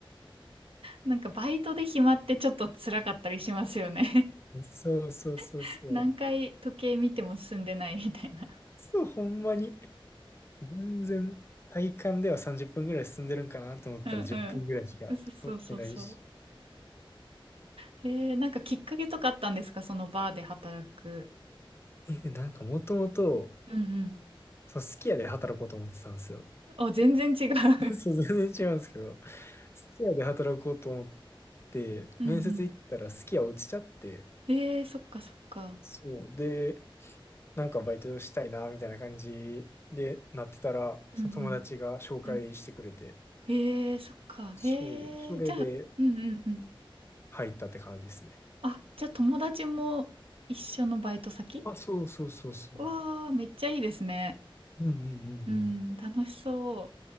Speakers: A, on the right; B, on the left.
A: なんかバイトで暇ってちょっと辛かったりしますよね
B: うそうそうそうそう。
A: <laughs> 何回時計見ても進んでないみたいな。
B: そう、ほんまに。全然、体感では30分ぐらい進んでるんかなと思ったら10分ぐらいしか取ってないし。
A: うんうん。そうそうそうそう。へえ、なんかきっかけとかあったんですかそのバーで働く。
B: え、なんかもともと、
A: うんうん。
B: そのすき家で働こうと思ってたんですよ。
A: あ、全然違う <laughs>
B: <laughs> そう、全然違うんですけど、すき家で働こうと思って、
A: うんう
B: 面接行ったらすき家落ちちゃって、
A: ん。へえ、そっかそっか。
B: そう、で、なんかバイトしたいな、みたいな感じでなってたら、
A: うんうん。
B: その友達が紹介してくれて、
A: うんへえ、そっか。へえ、
B: そう、それで
A: じゃあ、うんうんうん。
B: 入ったって感じですね。
A: あ、じゃあ友達も一緒のバイト先
B: あ、そうそうそうそう。
A: わあ、めっちゃいいですね。
B: うんうんうんうん。
A: うん、楽しそう。